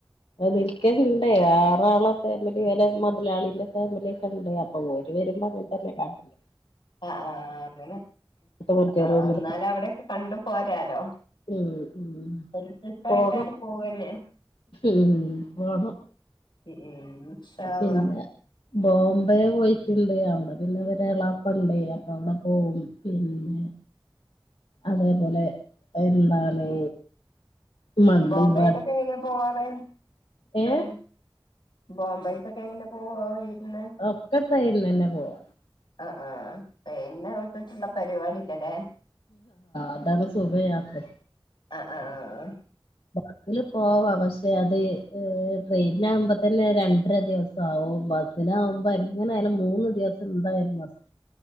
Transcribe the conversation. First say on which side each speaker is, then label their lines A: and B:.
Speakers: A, on the left; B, on the left.
A: ആഹ് നിൽക്കലുണ്ട് ആറ് ആളെ ഫാമിലി വല മുതലാളിന്റെ ഫാമിലി ഒക്കെയുണ്ട് അപ് പ്പം ഓര് വരുമ്പോ അങ്ങനെ തന്നെ കാണല്
B: ആഹ് ആഹ് അങ്ങനെ
A: മറ്റേ
B: ആ
A: റൂമില്
B: എന്നാല് അവിടെയൊക്കെ കണ്ടു പോരാലോ
A: ഉം ഉം
B: ഒരു ട്രിപ്പായിട്ടാണ്ട്
A: പോണം
B: പോവന്നെ
A: ഉം പോണം
B: ഉം ഉം ഇൻഷാ
A: പിന്നെ
B: അള്ളാ
A: ബോംബെ പോയിട്ടുണ്ട് അവിടെ പിന്നെ അവരെ എളാപ്പണ്ട് എപ്പാ അവിടെ പോകും പിന്നെ അതേപോലെ എന്താണ് മണ്ണുംപാട
B: ഈ ബോംബെക്കൊക്കെ എങ്ങനാ പോവാറ് ട്രെയിൻ
A: ഏഹ്
B: ബോംബെക്കൊക്കെ എങ്ങനെ പോവാ വീട്ടില്
A: ഒക്കെ ട്രെയിനിൽ തന്നെ പോവാ
B: ആഹ് ആഹ് ട്രെയിനിനെ വിട്ടിട്ടുള്ള പരിപാടി ഇല്ലല്ലേ
A: അതാണ് സുഖ യാത്ര
B: ആഹ് ആഹ് ആഹ്
A: ബസിൽ പോവാ പക്ഷെ അത് ട്രെയിനിൽ ആകുമ്പോ തന്നെ രണ്ടര ദിവസം ആവും ബസിനാകുമ്പോ എങ്ങനായാലും മൂന്ന് ദിവസം എന്തായാലും മസ്റ്റ്